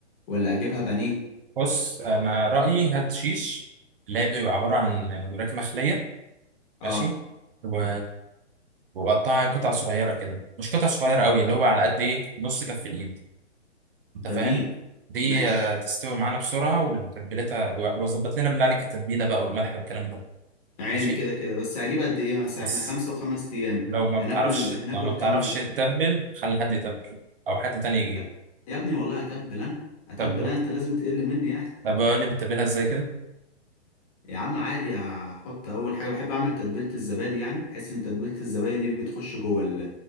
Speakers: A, on the left; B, on the right.
A: ولا اجيبها بانيه
B: بص أنا رأيي هات شيش اللي هي بتبقى عبارة عن وراك مخلية
A: اه
B: ماشي و... وقطعها قطع صغيرة كده مش قطع صغيرة أوي اللي هو على قد إيه نص كف الإيد أنت
A: جميل
B: فاهم؟ دي
A: ماشي
B: آه، تستوي معانا بسرعة وتتبيلتها وظبط لنا بالله عليك التتبيلة بقى والملح والكلام ده
A: عيني
B: ماشي؟
A: كده كده بس هجيب قد ايه مثلا
B: بس
A: احنا خمسة وخمس ايام
B: لو ما
A: هناكل
B: بتعرفش
A: هناكل
B: لو ما بتعرفش
A: كام يوم
B: تتبل خلي حد يتبل او حد تاني يجيب
A: يا يا ابني والله اتبل انا اتبل
B: طب
A: انا انت لازم تقل مني يعني
B: طب اقول لي بتتبلها ازاي كده
A: يا عم عادي هحط اول حاجه بحب اعمل تتبيله الزبادي يعني بحس ان تتبيله الزبادي دي بتخش جوه ال